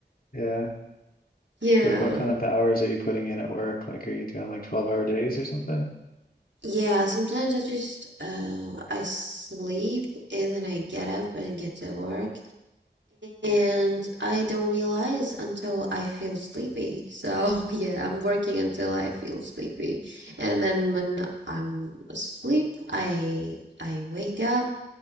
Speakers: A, on the left; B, on the right.
A: Yeah.
B: Yeah.
A: Like what kind of hours are you putting in at work? Like are you doing like 12-hour days or something?
B: Yeah, sometimes I just uh I sleep and then I get up and get to work and I don't realize until I feel sleepy. So <laughs> yeah, I'm working until I feel sleepy. And then when I'm asleep, I I wake up